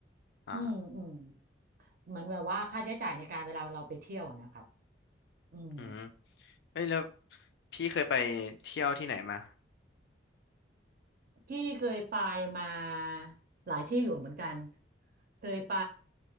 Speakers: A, on the left; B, on the right.
A: อ่า
B: อืมอืมเหมือนแบบว่าค่าใช้จ่ายในการเวลาเราไปเที่ยวอะนะครับอืม
A: อืมเอ้ยแล้วพี่เคยไปเที่ยวที่ไหนมา
B: พี่เคยไปมาหลายที่อยู่เหมือนกันเคยไป